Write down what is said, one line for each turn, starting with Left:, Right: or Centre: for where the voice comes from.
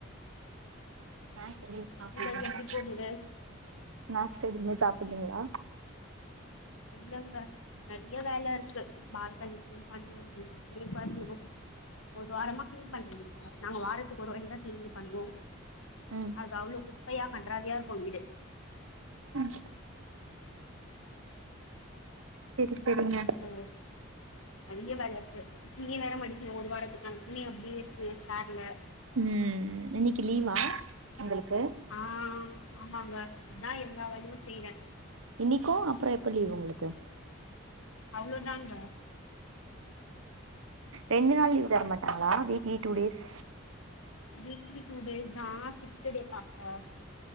Right: ஸ்நாக்ஸ் எதுமே சாப்பிலீங்ளா
Left: உங்களுக்கு எப்படி போகுது
Right: ஸ்நாக்ஸ் எதுமே சாப்பிலீங்ளா
Left: இல்லங்க நெறைய வேலருக்கு பால்கணிப்பியு பண்ணு க்ளின் பண்ணு ஒரு வாரமா கிளீன் பண்றதில்ல நாங்க வாரத்துக்கு ஒரு வாட்டிதா கிளீனே பண்வோ
Right: ம்
Left: அது அவ்ளோ குப்பையா கண்றாவியாருக்கு வீடு
Right: ம் செரி செரிங்க
Left: ம் நெறைய வேலர்க்கு துணி வேற மடிக்கனு ஒரு வாரத்துக்கான துணி அப்டியே இருக்கு சேர்ல
Right: ம் இன்னைக்கு லீவா உங்களுக்கு
Left: ஆ ஆமாங்க அதா எல்லா வேலையு செய்வே
Right: இன்னிக்கு அப்றோ எப்ப லீவ் உங்களுக்கு
Left: அவ்ளோதாங்க
Right: ரெண்டு நாள் லீ்வ் தர மாட்டாங்ளா weekly two days
Left: weekly two days தா சிக்ஸ்த் டே பாக்க